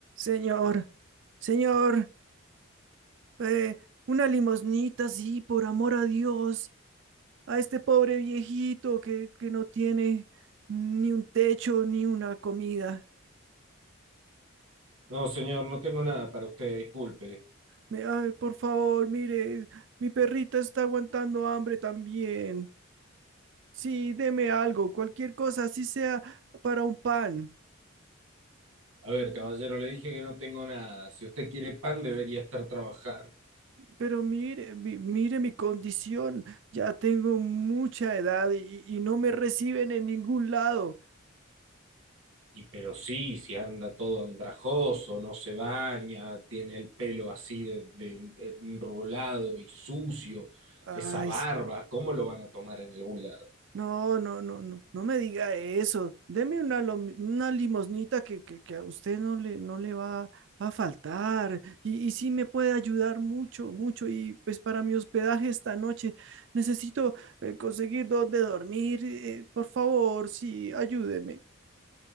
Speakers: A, on the right; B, on the right.
A: Señor, señor, eh, una limosnita, sí, por amor a Dios, a este pobre viejito que, que no tiene ni un techo ni una comida.
B: No, señor, no tengo nada para usted, disculpe.
A: Me- ay, por favor, mire, mi perrita está aguantando hambre también. Sí, deme algo, cualquier cosa, así sea para un pan.
B: A ver, caballero, le dije que no tengo nada. Si usted quiere pan, debería estar trabajando.
A: Pero mire, mi- mire mi condición, ya tengo mucha edad y, y no me reciben en ningún lado.
B: Y pero sí, si anda todo andrajoso, no se baña, tiene el pelo así de, de- enrulado y sucio,
A: Ay,
B: esa barba, ¿cómo lo van a tomar en algún lado?
A: No, no, no, no, no me diga eso. Deme una, lomi- una limosnita que, que, que a usted no le, no le va a faltar. Y, y sí me puede ayudar mucho, mucho. Y pues para mi hospedaje esta noche necesito eh, conseguir dónde dormir. eh, por favor, sí, ayúdeme.